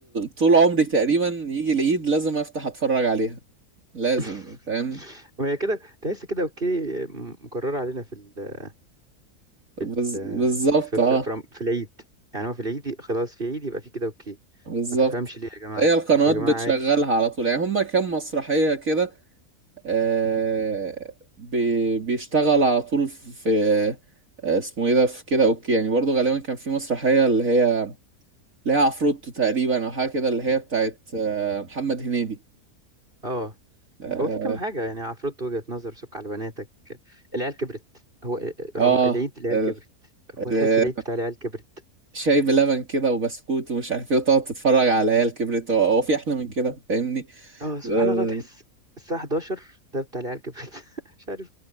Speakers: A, on the right; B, on the right.
A: طول عمري تقريبا يجي العيد لازم أفتح أتفرج عليها لازم
B: <laughs>
A: فاهم
B: وهي كده تحس كده أوكي م- مكررة علينا في ال
A: بز...
B: في
A: بالظبط
B: في, في,
A: أه
B: رم- في العيد يعني هو في العيد ي- خلاص في عيد يبقى في كده أوكي
A: بالظبط
B: ما تفهمش ليه يا جماعة
A: هي القنوات
B: يا جماعة
A: بتشغلها
B: عادي
A: على طول يعني هما كام مسرحية كده آه، بي- بيشتغل على طول في آه، اسمه ايه ده في كده اوكي يعني برضه غالبا كان في مسرحية اللي هي اللي هي عفروتو تقريبا او حاجة كده اللي هي بتاعت آه، محمد هنيدي
B: أه
A: اه
B: هو في كام حاجة يعني عفروت وجهة نظر سك على بناتك العيال كبرت هو آه، رم...
A: آه،
B: العيد العيال
A: ال-
B: كبرت هو تحس
A: ال-
B: العيد بتاع العيال كبرت
A: شاي بلبن كده وبسكوت ومش عارف ايه وتقعد تتفرج على عيال كبرت هو هو في احلى من كده فاهمني
B: اه سبحان
A: آه،
B: الله تحس الساعة 11 ده بتاع العيال كبرت <laughs> مش عارف